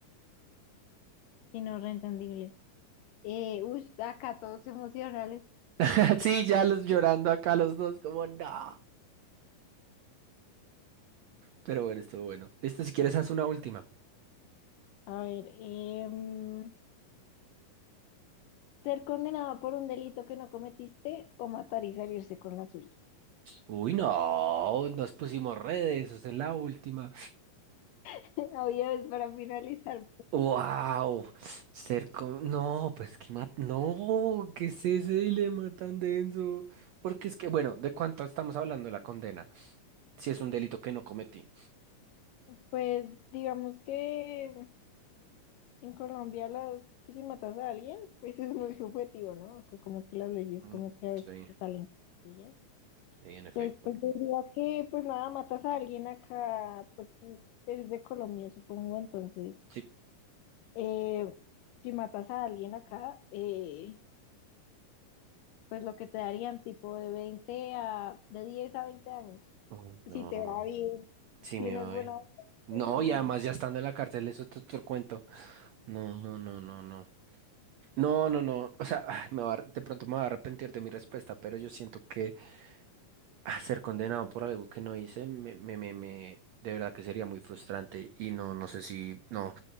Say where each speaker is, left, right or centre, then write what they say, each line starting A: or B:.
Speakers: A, on the left (about 80°); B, on the right (about 85°).
A: Y no, reentendible. Eh, uy, acá todos emocionales.
B: <laughs> Sí, ya los llorando acá los dos, como no. Pero bueno, estuvo bueno. Listo, si quieres, haz una última.
A: A ver, em, ser condenado por un delito que no cometiste o matar y salirse con la suya.
B: Uy, no, nos pusimos redes, esa es la última.
A: <laughs> Oye, es para finalizar.
B: Wow, ser como... No, pues qué ma- No, ¿qué es ese dilema tan denso? Porque es que, bueno, ¿de cuánto estamos hablando de la condena? si es un delito que no cometí.
A: Pues digamos que en Colombia las, pues, si matas a alguien, pues es muy subjetivo, ¿no? O sea, como que las leyes
B: Mm,
A: como que a
B: Sí,
A: veces salen suyas.
B: sí, en efecto.
A: Entonces, pues yo diría que pues nada, matas a alguien acá, pues eres de Colombia, supongo, entonces
B: Sí.
A: Eh, si matas a alguien acá, eh, pues lo que te darían tipo de 20 a, de 10 a 20 años.
B: Uy, no.
A: Si te va bien,
B: Sí,
A: tienes
B: me voy.
A: buena vida
B: No,
A: y
B: y además ya estando en la cárcel, eso es otro cuento. No, no, no, no, no. No, no, no. O sea, ah, me va a ar- de pronto me va a arrepentir de mi respuesta, pero yo siento que ah, ser condenado por algo que no hice, me, me, me, me- de verdad que sería muy frustrante. Y no, no sé si, no,